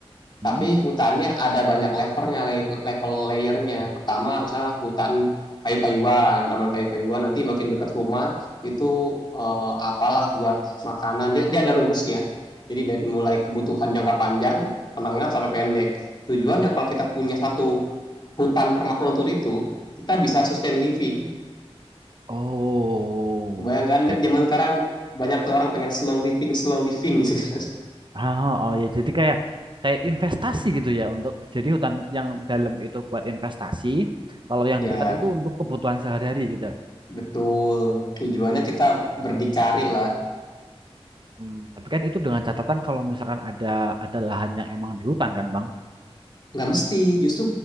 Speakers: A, on the right; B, on the left.
A: Hmm?
B: tapi hutannya ada banyak levelnya, lay- level layernya. Pertama misalnya hutan kayu-kayuan, taman kayu-kayuan, nanti makin dekat rumah itu eh, apalah buat makanan. Dia, dia ada rumusnya. Jadi dari mulai kebutuhan jangka panjang, menengah sampai pendek. Tujuannya kalau kita punya satu hutan permakultur itu, kita bisa sustain living.
A: Oh,
B: Bayangkan
A: jadi
B: kan zaman sekarang banyak tuh orang pengen slow living, slow living gitu kan.
A: Ah, oh oh, ya, jadi kayak kayak investasi gitu ya untuk jadi hutan yang dalam itu buat investasi, kalau yang
B: Ya,
A: dekat itu untuk kebutuhan sehari-hari gitu.
B: betul. Tujuannya kita berdikari lah.
A: Hmm, tapi kan itu dengan catatan kalau misalkan ada ada lahan yang emang di hutan kan, Bang.
B: Nggak mesti, justru